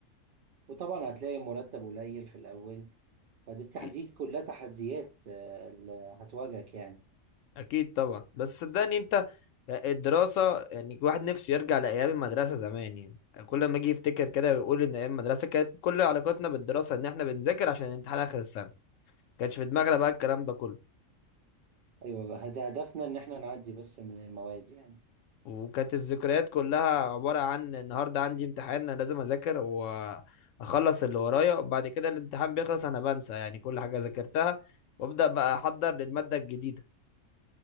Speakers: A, on the right; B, on the left.
A: وطبعا هتلاقي مرتب قليل في الاول فدي التحديات
B: اكيد
A: كلها تحديات آه، اللي هتواجهك يعني
B: أكيد طبعا بس صدقني انت آه، الدراسه يعني الواحد نفسه يرجع لايام المدرسه زمان يعني كل ما اجي يفتكر كده ويقول ان ايام المدرسه كانت كل علاقتنا بالدراسه ان احنا بنذاكر عشان الامتحان اخر السنه ما كانش في دماغنا بقى الكلام ده كله
A: ايوه هد- هدفنا ان احنا نعدي بس من المواد يعني
B: وكانت الذكريات كلها عبارة عن النهاردة عندي امتحان أنا لازم أذاكر وأخلص اللي ورايا وبعد كده الامتحان بيخلص أنا بنسى يعني كل حاجة ذاكرتها وأبدأ بقى أحضر للمادة الجديدة